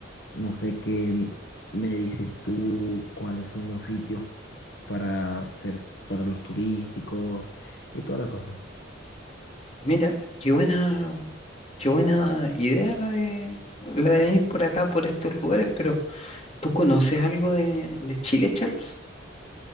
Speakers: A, on the left; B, on the left.
A: No sé qué m- me dices tú, cuáles son los sitios para hacer, para los turísticos y toda la cosa.
B: Mira, qué buena, qué buena idea la de, la de venir por acá, por estos lugares, pero ¿tú conoces algo de, de Chile, Charles?